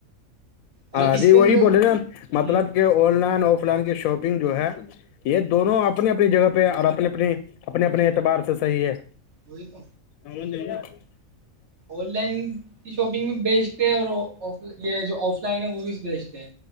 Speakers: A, on the left; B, on the right.
A: ہاں
B: اور اس
A: جی
B: کے اندر
A: وہی بولے ن مطلب
B: ہ
A: کہ آن لائن آف لائن کی شاپنگ جو ہے <unintelligible> یہ دونوں
B: ہ
A: اپنی اپنی جگہ اور اپنے اپنی اپنے اپنے اعتبار سے صحیح ہے
B: وہئی تو
A: <unintelligible>
B: آن لائن کی شاپنگ بھی بیچتے ہیں اور یہ جو آف لائن ا وہ بھی بیسٹ ہے